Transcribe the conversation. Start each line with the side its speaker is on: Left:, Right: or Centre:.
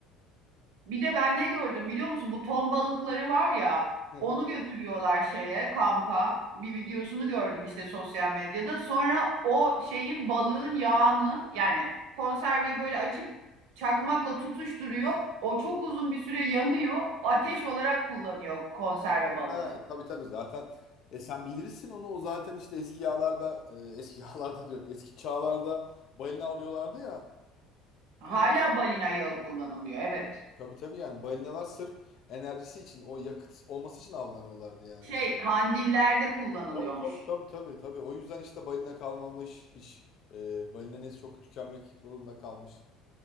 Right: Bir de ben ne gördüm biliyor musun? Bu ton balıkları var ya.
Left: Hı hı.
Right: Onu götürüyorlar şeye, kampa. Bir videosunu gördüm işte sosyal medyada. Sonra o şeyin balığın yağını yani konserveyi böyle açıp çakmakla tutuşturuyor. O çok uzun bir süre yanıyor. Ateş olarak kullanıyor konserve balığı.
Left: Ha, tabii tabii zaten e, sen bilirsin onu o zaten işte eski yağlarda e, eski <laughs> yağlarda diyorum eski çağlarda balina avlıyorlardı ya
Right: Hala
Left: e,
Right: balina yağı kullanılıyor. Evet.
Left: tabii tabii yani balinalar sırf enerjisi için o yakıt olması için avlanıyorlardı yani.
Right: Şey kandillerde kullanılıyormuş.
Left: Tabii tabii tabii tabii tabii o yüzden işte balina kalmamış hiç e, balina nesli çok tükenmek zorunda kalmış.